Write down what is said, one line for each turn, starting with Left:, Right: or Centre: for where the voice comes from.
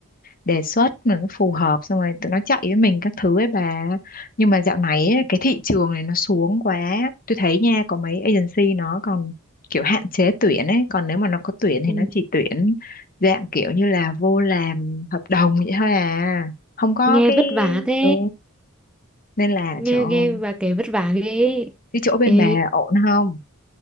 Left: đề xuất mà nó phù hợp xong rồi tụi nó chạy với mình các thứ ấy bà nhưng mà dạo này ấy, cái thị trường này nó xuống quá tôi thấy nha có mấy agency nó còn kiểu hạn chế tuyển ấy còn nếu mà nó có tuyển thì
Centre: Ừ.
Left: nó chỉ tuyển dạng kiểu như là vô làm hợp đồng vậy thôi à không có
Centre: nghe
Left: cái
Centre: vất vả thế
Left: ừ. nên là
Centre: nghe
Left: chỗ
Centre: nghe bà kể vất vả ghê
Left: cái chỗ bên
Centre: Ê
Left: bà ổn không